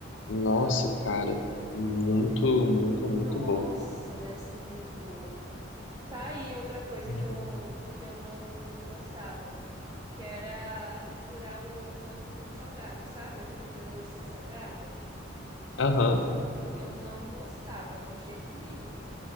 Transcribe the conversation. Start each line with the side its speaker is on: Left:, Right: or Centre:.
Left: Nossa,
Right: Ah,
Left: cara, muito, muito,
Right: nossa,
Left: muito bom.
Right: deve ser muito boa. Tá aí outra coisa
Left: É.
Right: que eu, que eu não gostava, que era misturar o doce com salgado, sabe? A comida doce e a salgada.
Left: Aham,
Right: Eu não gostava de jeito nenhum.